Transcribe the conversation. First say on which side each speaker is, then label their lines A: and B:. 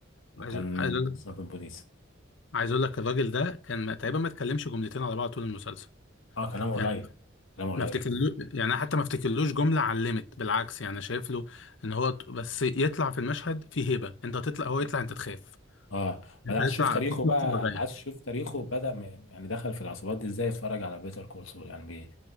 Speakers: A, on the left; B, on the left.
A: وكان
B: عايز عايز اقول
A: ضابط بوليس
B: عايز اقول لك الراجل ده كان ما- تقريبا ما اتكلمش جملتين على بعض طول المسلسل
A: اه كلامه قليل
B: يعني
A: كلامه قليل
B: ما افتكرلوش يعني أنا حتى ما افتكرلوش جملة علمت بالعكس يعني شايف له ان هو ت- بس يطلع في المشهد فيه هيبة انت تطلع هو يطلع انت تخاف
A: اه انا
B: انت
A: عايز اشوف
B: يطلع
A: تاريخه
B: في
A: بقى
B: كرسي وجاية
A: عايز اشوف تاريخه بدأ م... يعني دخل في العصابات دي ازاي اتفرج على بيتر كول سول يعني بي...